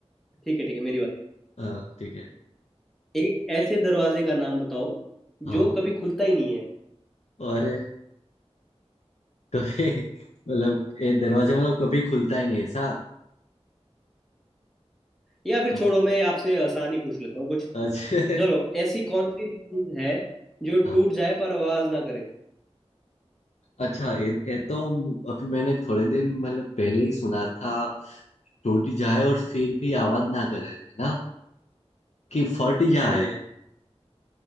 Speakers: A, in the centre; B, on the left (about 80°).
A: ठीक है ठीक है मेरी बारी
B: हाँ ठीक है
A: एक ऐसे दरवाजे का नाम बताओ
B: हाँ
A: जो कभी खुलता ही नहीं है
B: और <laughs> कभी मतलब ये दरवाजा मतलब कभी खुलता ही नहीं है ऐसा
A: या फिर
B: हाँ
A: छोड़ो मैं आपसे आसान ही पूछ लेता हूँ कुछ
B: अच्छा
A: चलो ऐसी कौन सी चीज है जो
B: हाँ
A: टूट जाए पर आवाज ना करे
B: अच्छा ये ये तो अभी मैंने थोड़े दिन मतलब पहले ही सुना था टूट जाए और फिर भी आवाज ना करे है ना कि फट जाए
A: हम्म